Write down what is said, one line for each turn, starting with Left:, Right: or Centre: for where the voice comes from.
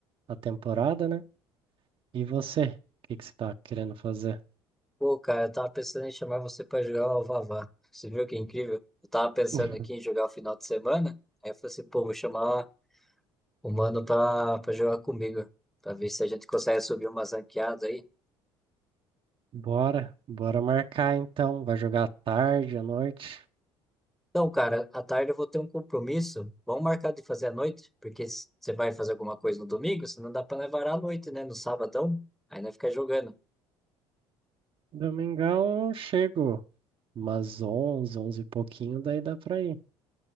Right: a temporada, né? E você? O que que você tá querendo fazer?
Centre: Pô, cara, eu tava pensando em chamar você pra jogar o Vavá. Você viu que incrível? Eu tava pensando
Right: <laughs>
Centre: aqui em jogar o final de semana. Aí eu falei assim, pô, vou chamar o mano pra, pra jogar comigo. Pra ver se a gente consegue subir umas ranqueadas aí.
Right: Bora, bora marcar então. Vai jogar à tarde, à noite?
Centre: Então, cara, à tarde eu vou ter um compromisso. Vamos marcar de fazer à noite? Porque s- você vai fazer alguma coisa no domingo, Você não dá pra levar à noite, né? No sabadão. Aí nós fica jogando.
Right: Domingão eu chego umas 11, 11 e pouquinho, daí dá pra ir.